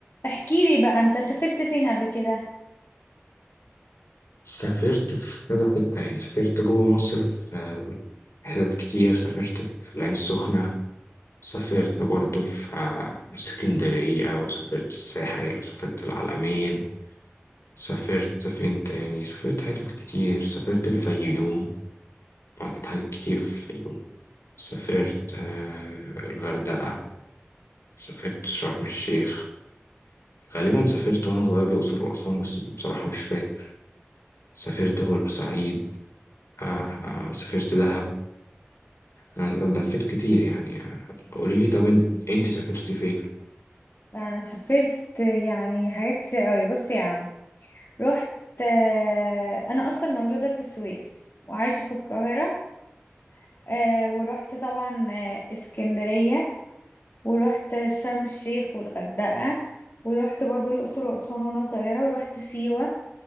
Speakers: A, on the left (about 55°); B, on the left (about 75°).
A: احكي لي بقى انت سافرت فين قبل كده
B: سافرت في كذا حتة يعني سافرت جوه مصر في آه، حتت كتير سافرت في العين السخنة سافرت برضه في آه، اسكندرية وسافرت الساحل وسافرت العلمين سافرت فين تاني سافرت حتت كتير سافرت الفيوم عملت حاجات كتير في الفيوم سافرت آه، الغردقة سافرت شرم الشيخ غالبا سافرت وأنا صغير الأقصر وأسوان بس بصراحة مش فاكر سافرت بورسعيد آه، آه، سافرت دهب أنا لفيت كتير يعني قولي لي طب إن- انت سافرتي فين؟
A: انا سافرت يعني حاجات كتير قوي بص يا عم رحت آه، انا اصلا مولودة في السويس وعايشة في القاهرة آه، ورحت طبعا آه، اسكندرية ورحت شرم الشيخ والغردقة ورحت برضو الاقصر واسوان وانا صغيرة ورحت سيوة